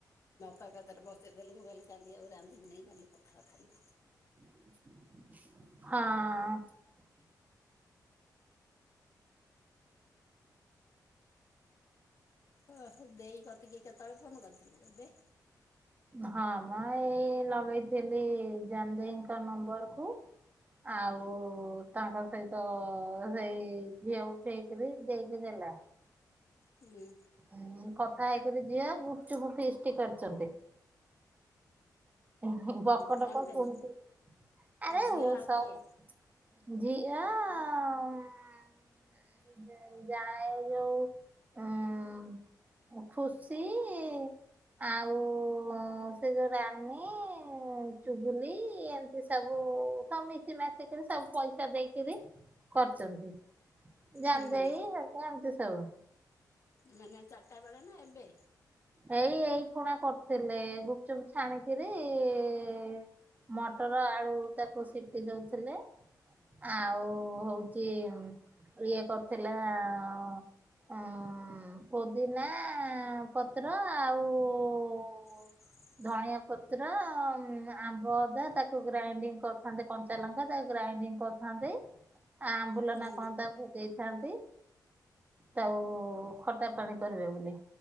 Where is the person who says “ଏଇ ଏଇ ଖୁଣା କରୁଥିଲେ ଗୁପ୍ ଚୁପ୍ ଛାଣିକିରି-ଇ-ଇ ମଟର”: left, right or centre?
Right